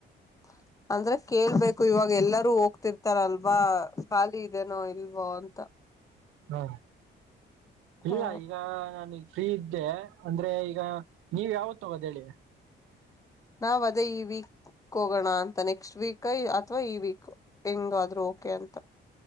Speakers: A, on the left; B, on the right.
A: <inaudible> ಅಂದ್ರೆ ಕೇಳ್ಬೇಕು ಇವಾಗ ಎಲ್ಲಾರೂ ಹೋಗ್ತಿರ್ತಾರಲ್ವಾ ಖಾಲಿ ಇದೇನೋ ಇಲ್ವೋ ಅಂತ.
B: ಹಾ
A: ಹಾ
B: ಇಲ್ಲ ಈಗ ನಾನ. ಫ್ರೀ ಇದ್ದೆ ಅಂದ್ರೆ ಈಗ ನೀವ ಯಾವತ್ ತಗೋದ ಹೇಳಿ.
A: ನಾವ್ ಅದೇ ಈ ವೀಕ್ ಹೋಗೋಣ ಅಂತ ನೆಕ್ಸ್ಟ್ ವೀಕ್ ಅಥವಾ ಈ ವೀಕ್ ಹೆಂಗಾದ್ರು ಓ ಓಕೆ ಅಂತ.